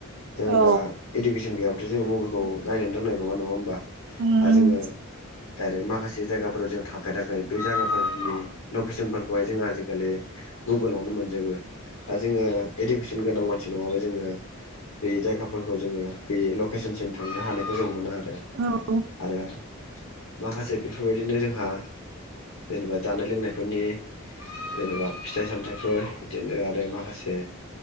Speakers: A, on the left; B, on the right.
A: जोङो
B: औ
A: दा इडुकेसन गैयाब्लाथ' जोङो मबाइलखौ
B: उम
A: नायनोनो रोंनाय नङा नङा होमबा
B: उम
A: दा जोङो दाआरो माखासे जायगाफोराव जों थांफेराखै बे जायगाफोरनि लकेसनफोरखौ जोंङो आजिखालि गुगोलावनो मोनजोबो दा जोङो इडुकेसन गोनां मानसि नङाबा जोङो बे जायगाफोरखौ जोङो बे लकेसनसिम थांनो हानायखौ जों मोना ओ
B: औ
A: आरो माखासे बेफोरबायदिनो जोंहा जेनेबा जानाय लोंनायफोरनि जेनेबा फिथाइ सामथायाइफोर बिदिनो आरो माखासे